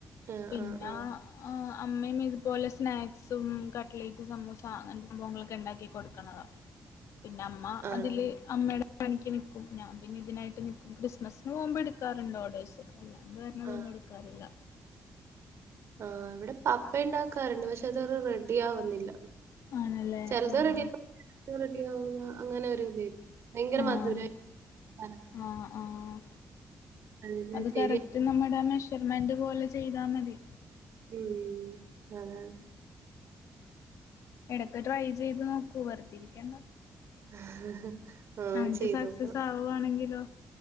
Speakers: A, on the right (about 60°); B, on the left (about 85°).
A: ആഹ്
B: പിന്ന.
A: ആഹ് ആഹ്.
B: അഹ് അമ്മയും ഇതുപോലെ സ്നാക്സും കട്ലേറ്റ് സമൂസ അങ്ങന് ത്തെ സംഭവങ്ങളൊക്കെ ഇണ്ടാക്കി കൊടുക്ക്ണതാ. പിന്ന അമ്മ
A: ആണോ?
B: അതില്. അമ്മേയുടെ പണിക്ക് നിക്കും ഞാൻ പിന്നെ ഇതിനായിട്ട് നിക്കും ക്രിസ്മസിന് പോകുമ്പോ എട്ക്കാറുണ്ട് ഓഡേഴ്സ്. അല്ലാണ്ട് വര്ണതൊന്നും
A: ആഹ്
B: എടുക്കാറില്ല.
A: ആഹ് ഇവിടെ പപ്പ ഇണ്ടാക്കാറ്ണ്ട് പക്ഷേ അതൊരു റെഡി ആവുന്നില്ല.
B: ആണല്ലേ.
A: ചെല്ത്
B: ആഹ്
A: റെഡിയ വും ചെലത് റെഡിയാ വുല അങ്ങനെ ഒരു ഇതായി ഭയങ്കര
B: ആഹ്
A: മധുരയി <unintelligible>
B: ആഹ് ആഹ്
A: കലക്കലില്
B: അത്
A: ശരിയാ
B: കറക് റ്റ് നമ്മുടെ മെഷർമെന്റ് പോലെ ചെയ്താ മതി.
A: ഉം അതാണ്.
B: ഇടക്ക് ട്രൈ ചെയ്ത് നോക്കൂ വെറ്തേ ഇരിക്കണ്ട.
A: <inaudible>
B: അന്റെ
A: ചെയ്തോക്കണം.
B: സക്സസ് ആവുവാണെങ്കിലോ?